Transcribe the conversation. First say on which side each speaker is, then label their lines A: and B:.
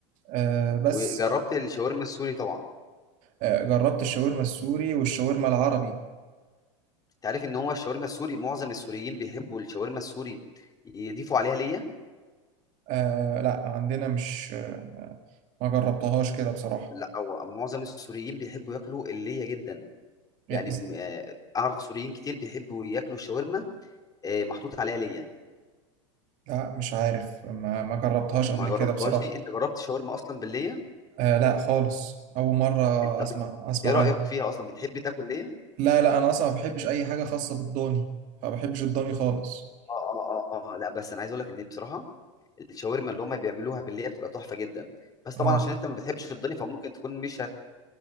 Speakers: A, on the right; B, on the left.
A: آه بس
B: وجربت الشاورما السوري طبعا
A: آه، جربت الشاورما السوري والشاورما العربي
B: انت عارف ان هو الشاورما السوري معظم السوريين بيحبوا الشاورما السوري يضيفوا عليها ليا
A: آه لا عندنا مش آه، ما جربتهاش كده بصراحة
B: لا او معظم السوريين بيحبوا ياكلوا اللية جدا يعني
A: إيه، إز-
B: م- آه، اعرف سوريين كتير بيحبوا ياكلوا الشاورما آه، محطوط عليها ليا
A: لا مش عارف ما ما جربتهاش قبل
B: ما جربتهاش
A: كده بصراحة
B: دي انت جربت شاورما اصلا باللية
A: آه لا خالص أول مرة
B: انت
A: أسمع
B: بت...
A: أسمع
B: ايه رايك
A: عنها
B: فيها اصلا بتحب تاكل ليه
A: لا لا أنا أصلا ما بحبش أي حاجة خاصة بالضاني ما بحبش الضاني خالص
B: اه اه اه اه لا بس انا عايز اقول لك ان بصراحه الشاورما اللي هم بيعملوها بالليه بتبقى تحفه جدا بس
A: اه
B: طبعا عشان انت ما بتحبش في الضاني فممكن تكون مش هت